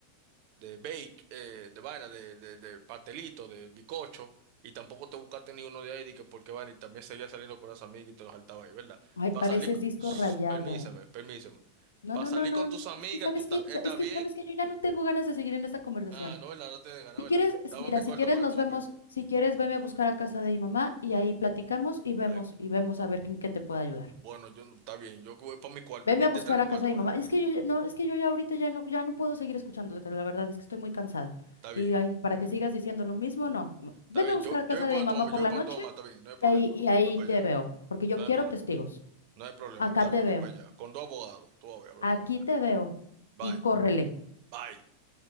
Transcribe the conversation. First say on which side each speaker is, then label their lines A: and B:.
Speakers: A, on the right; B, on the left.
A: de bake, eh, de vaina, de, de, de pastelito, de bizcocho, y tampoco te buscaste ninguno de ahí, de que porque vaina, y también seguía saliendo con las amigas y te los saltaba ahí, ¿verdad?
B: Ay,
A: Para
B: pareces
A: salir,
B: disco
A: Shh,
B: rayado.
A: permíseme, permíseme.
B: No,
A: Para
B: no,
A: salir
B: no, no,
A: con
B: no,
A: tus amigas,
B: es que sabes
A: ¿tú ta-
B: que,
A: estás
B: es que
A: bien?
B: sabes que yo ya no tengo ganas de seguir en esta conversación.
A: Ah, no, ¿verdad? No tienes ganas,
B: Si
A: ¿verdad?
B: quieres, s-
A: Estaba
B: mira,
A: en mi
B: si
A: cuarto
B: quieres
A: más
B: nos
A: de bumper.
B: vemos, si quieres veme a buscar a casa de mi mamá y ahí platicamos y vemos
A: Ay,
B: y vemos a ver en qué te puedo ayudar.
A: bueno, yo, no- está bien, yo voy para mi cuarto,
B: Veme
A: eh, mi-
B: a
A: te
B: buscar
A: trae mi
B: a
A: cuarto,
B: casa de
A: vaina.
B: mi mamá. Es que yo ya- no, es que yo ya ahorita ya no ya no puedo seguir escuchándote, la verdad es que estoy muy cansada.
A: Está bien,
B: Y ahí, para que sigas diciendo lo mismo, no. M-
A: está
B: Veme
A: bien,
B: a buscar
A: yo,
B: a casa
A: yo voy para
B: de mi mamá
A: tu mamá,
B: por
A: yo voy
B: la
A: para
B: noche
A: tu mamá, está bien, no hay problema,
B: y ahí y ahí
A: voy para
B: te
A: allá,
B: veo, porque yo
A: no
B: quiero
A: hay problema,
B: testigos.
A: no hay problema,
B: Acá
A: está
B: te
A: bien,
B: veo.
A: voy para allá, con dos abogados, tú vas a ver, hablamos
B: Aquí
A: ahorita.
B: te veo
A: Bye.
B: y córrele.
A: bye